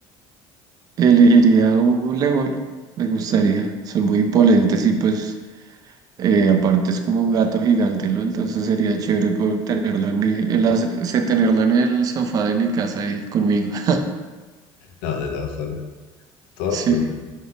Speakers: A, on the right; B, on the left.
A: Elegiría un león, me gustaría. Son muy imponentes y pues eh, aparte es como un gato gigante, ¿no? Entonces sería chévere poder tenerlo en mi, en la- se- tenerlo en el sofá de mi casa ahí conmigo. <laughs>
B: No, de todas formas, de todas
A: Sí,
B: formas.